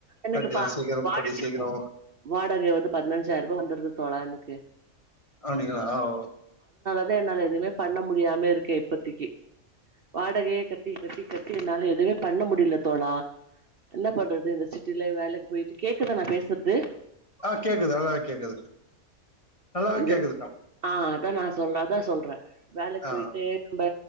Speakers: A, on the right; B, on the left.
A: எனக்கு
B: கண்டிப்பா
A: பா
B: சீக்கிரம்
A: வாடகை
B: கூடி சீக்கிரம்
A: வாடகையாவது பதினஞ்சாயிரம் ரூவா வந்துருது தோழா எனக்கு
B: அப்பிடிங்களா ஓ
A: அத என்னால எதுவுமே பண்ண முடியாம இருக்கே இப்பத்திக்கு வாடகையை கட்டி கட்டி கட்டி என்னால எதுமே பண்ண முடியல தோழா என்ன பண்றது இந்த சிட்டியில வேலைக்கு போயிட்டு கேக்குதா நா பேசுறது
B: ஆ கேக்குது நல்லாவே கேக்குது நல்லாவே
A: இந்த
B: கேக்குதுக்கா
A: ஆ அதா நா சொல்றே அதா சொல்றே வேலைக்கு
B: ஆ
A: போயிட்டு நம்ப